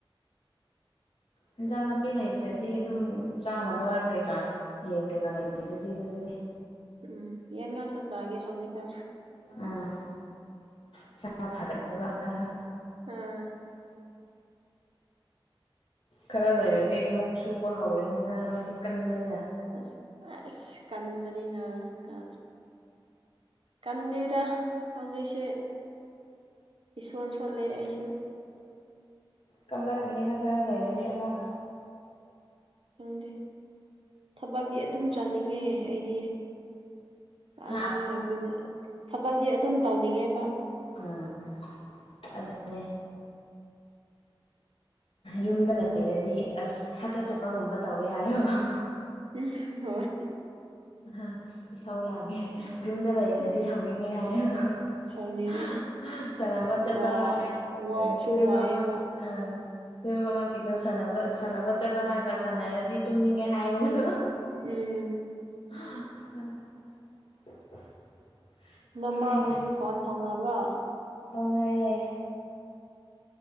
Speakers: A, on the left; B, on the right.
A: ꯍꯦꯟꯖꯥꯡ ꯅꯥꯄꯤ ꯂꯩꯇ꯭ꯔꯗꯤ ꯑꯗꯨꯝ ꯆꯥꯅꯕ ꯀꯩꯀꯥ ꯌꯦꯟ ꯀꯩꯀꯥ ꯂꯩꯔꯤꯗꯨꯗꯤ ꯑꯗꯨꯗꯒꯤ
B: ꯎꯝ ꯌꯥꯟ ꯉꯥꯛꯇ ꯆꯥꯒꯦ ꯍꯧꯖꯤꯛꯀꯥꯟ
A: ꯎꯝ ꯏꯁꯥ ꯐꯒꯠꯅꯕ ꯍꯥꯏꯌꯣ
B: ꯎꯝ
A: ꯈꯔ ꯂꯩꯔꯗꯤ ꯑꯃꯨꯛ ꯁꯨꯕ ꯍꯧꯔꯅꯤꯗꯅ ꯅꯣꯏꯗꯤ ꯀꯟꯕꯅꯤꯅ
B: ꯑꯁ ꯑꯦꯁ ꯀꯟꯕꯅꯤꯅ ꯀꯥ ꯀꯟꯗꯦꯗ ꯍꯧꯖꯤꯛꯁꯦ ꯏꯁꯣꯟ ꯁꯣꯜꯂꯦ ꯑꯩꯁꯨ
A: ꯀꯜꯂꯥꯛ ꯀꯅꯤꯗ ꯈꯔ ꯂꯩꯔꯗꯤ ꯑꯃꯨꯛ
B: ꯈꯪꯗꯦ ꯊꯥꯕꯛꯇꯤ ꯑꯗꯨꯝ ꯆꯥꯅꯤꯡꯉꯦ ꯑꯩꯗꯤ ꯑꯉꯥꯡ
A: ꯍꯥ
B: ꯂꯧꯕꯤꯅ ꯊꯥꯕꯛꯗꯤ ꯑꯗꯨꯝ ꯇꯧꯅꯤꯡꯉꯦꯕ
A: ꯎꯝ ꯑꯗꯨꯅꯦ ꯌꯨꯝꯗ ꯂꯩꯔꯗꯤ ꯑꯁ ꯍꯥꯒꯠ ꯆꯠꯄꯒꯨꯝꯕ ꯇꯧꯋꯦ ꯍꯥꯏꯌꯣ <unintelligible> ꯍꯥ
B: ꯎꯝ ꯍꯣꯏ
A: ꯍꯥ <unintelligible> ꯏꯁꯧ ꯂꯡꯉꯦ ꯌꯨꯝꯗ ꯂꯩꯔꯗꯤ
B: ꯎꯝ
A: ꯁꯥꯎꯅꯤꯡꯉꯦ ꯍꯥꯏꯌꯣ <unintelligible>
B: ꯁꯥꯎꯅꯤꯡꯉꯦ
A: ꯁꯥꯟꯅꯕ ꯆꯠꯂꯣ
B: ꯋꯥ
A: ꯍꯥꯏꯔꯦ <unintelligible>
B: ꯋꯥꯁꯨ
A: ꯐꯤꯂꯤꯝ
B: ꯋꯥꯏꯑꯦꯕ
A: ꯑꯃꯥꯒꯤ ꯑꯥ ꯐꯤꯂꯤꯝ ꯑꯃꯒꯤꯗꯣ ꯁꯥꯟꯅꯕ ꯁꯥꯟꯅꯕ ꯆꯠꯂꯣ ꯍꯥꯏꯔꯒ ꯁꯥꯟꯅꯔꯗꯤ ꯇꯨꯝꯅꯤꯡꯉꯦ ꯍꯥꯏꯕꯗꯣ <unintelligible>
B: ꯎꯝ
A: <unintelligible>
B: ꯅꯃꯥꯕꯨꯗꯤ
A: ꯑꯩ
B: ꯐꯣꯟ ꯐꯥꯎꯅꯕ꯭ꯔꯥ
A: ꯐꯥꯎꯅꯩꯌꯦ